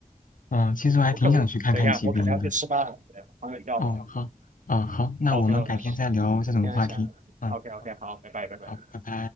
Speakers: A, on the left; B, on the right.
A: 嗯，其实我还挺想去看看极光的，
B: 我可我等一下，我可能要去吃饭了，朋友叫我。
A: 哦，好，啊，好，那我们改天再聊这种话题，
B: OK OK，行行下。
A: 嗯，
B: OK OK，好，拜拜拜拜。
A: 好，拜拜。